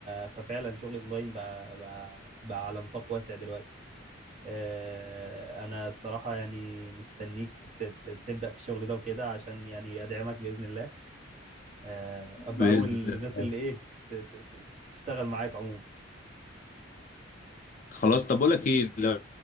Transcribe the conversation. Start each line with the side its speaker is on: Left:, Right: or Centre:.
Right: ففعلا شغل الاونلاين بقى... بقى بقى على نطاق واسع دلوقتي آه، انا الصراحه يعني مستنيك ت- ت- تبدا في الشغل ده وكده عشان يعني ادعمك باذن الله آه، ابقى
Left: باذن
Right: اول الناس
Left: الله
Right: اللي ايه ت- ت- ت- تشتغل معاك عموما
Left: خلاص طب بقول لك ايه لو